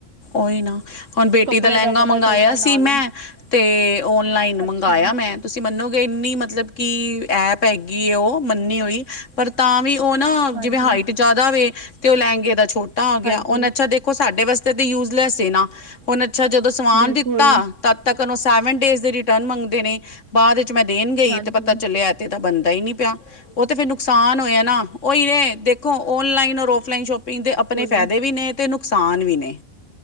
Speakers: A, on the left; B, on the right.
A: ਓਹੀ ਨਾ ਹੁਣ ਬੇਟੀ
B: ਕੱਪੜੇ
A: ਦਾ ਲਹਿੰਗਾ
B: ਪਤਾ
A: ਮੰਗਇਆ
B: ਚੱਲਦਾ ਹੈ ਨਾਲ
A: ਸੀ, ਮੈਂ ਤੇ ਔਨਲਾਈਨ ਮੰਗਇਆ
B: ਅੱਛਾ
A: ਮੈਂ। ਤੁਸੀਂ ਮੰਨੋਗੇ ਇੰਨੀ ਮਤਲਬ ਕਿ ਐਪ ਹੈਗੀ ਏ ਉਹ ਮੰਨੀ ਹੋਈ ਪਰ ਤਾਂ ਵੀ ਓ ਨਾ
B: ਹਾਂਜੀ
A: ਜਿਵੇਂ ਹਾਈਟ ਜਾਦਾ ਵੇ ਤੇ ਓ ਲਹਂਗੇ ਦਾਂ ਛੋਟ
B: ਹਾਂਜੀ।
A: ਦੇਖੋ ਸਾਡੇ ਵਾਸਤੇ ਤਾਂ ਯੂਜਲੈਸ ਏ ਨਾ, ਹੁਨ ਅੱਛਾ ਜਦੋਂ ਸਵਾਨ
B: ਬਿਲਕੁਲ
A: ਦਿੱਤਾ ਤਦ ਤੱਕਨ ਓ ਸੈਵਨ ਡੇਜ਼ ਦੇ ਰਿਟਰਨ ਮੰਗਦੇ ਨੇ, ਬਾਦ ਵਿੱਚ ਮੈਂ ਦੇਨ ਗਈ
B: ਹਾਂਜੀ
A: ਤੇ ਪਤਾ ਚੱਲਿਆ ਏ ਓਹਦਾ ਬਨਦਾ ਈ ਨੀ ਪਯਾ, ਓ ਤੇ ਫੇਰ ਨੁਕਸਾਨ ਹੋਇਆ ਨਾ ਉਹੀ ਏ ਦੇਖ ਖੋ ਓਨਲਾਈਨ ਔਰ ਓਫਲਾਈਨ ਸ਼ੋਪਿੰਗ ਦੇ
B: ਬਿਲਕੁਲ
A: ਆਪਣੇ ਫਾਇਦੇ ਵੀ ਨੇ ਤੇ ਨੁਕਸਾਨ ਵੀ ਨੇ।